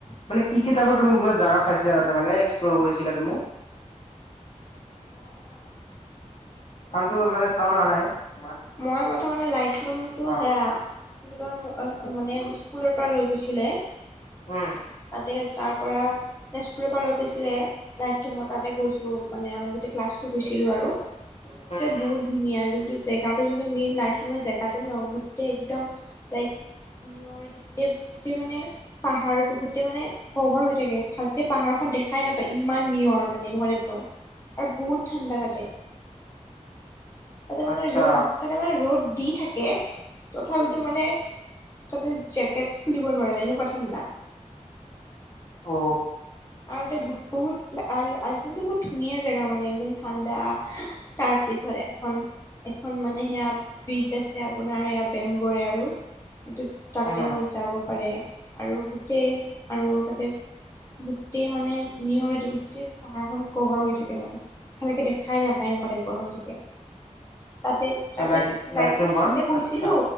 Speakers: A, on the left; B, on the left.
A: মানে কি কিতাপ তুমি জাগা চাইছিলা তাতে মানে এক্সপ্লৰ কৰিছিলা তুমি
B: উ অ
A: চাউণ্ডটো
B: মই
A: মানে চাউণ্ড অহা নাই তোমাৰ
B: মই প্ৰথমতে লাইটলুমটো
A: অ
B: সেয়া ক মানে স্কুলৰ পৰা লৈ গৈছিলে
A: উম
B: তাতে তাৰ পৰা তেজকুৰৰ পৰা লৈ গৈছিলে লাইক মই তাতে গৈছো মানে আমি গোটেই ক্লাছটো গৈছিলো আৰু
A: উম
B: ত বহুত
A: উম
B: ধুনীয়া যোনটো জেগাো যোনটো মেইন লাই মই জেগাো ন গোটেই একদম লাই নি গোটেই মানে পাহাৰটো গোটেই মানে কভৰ হৈ থাকে ভালকে পাহাৰ খখন দেখ খাই নাপায় ইমান নিয়ৰ মানে এনেকুৱা টাইপৰ আৰু বহুত ঠাণ্ডা কাটে। তাতে মানে
A: আচ্ছা
B: ৰ'দ, তাতে মানে ৰ'দ। দি থাকে, তথাপিতো মানে তাতে জেকেট খুলিব নোৱাৰি মানে, এনেকুৱা ঠাণ্ডা।
A: অ
B: আৰু তাতে বহুত বহুত ধুনীয়া জেগা মানে, একদম ঠাণ্ডা! তাৰ পিছত এখন এখন মানে সেয়া ব্ৰিজ আছে আপোনাৰ, সেয়া বেম্বৰে আৰু সেইটো তাতেও
A: উম
B: যাব পাৰে, আৰু গোটেই আৰু তাতে। গোটেই মানে নিয়ৰেদি গোটেই পাহাৰখন কভাৰ হৈ থাকে মানে, ভালকে দেখাই নাপায় এনেকুৱা টাইপ পৰ হৈ থাকে। তাতে
A: আচ্ছা
B: তাতে
A: লাইট লাইট
B: লাইটলুম
A: ৰুমখন
B: তাতে গৈছিলো,
A: আচ্ছা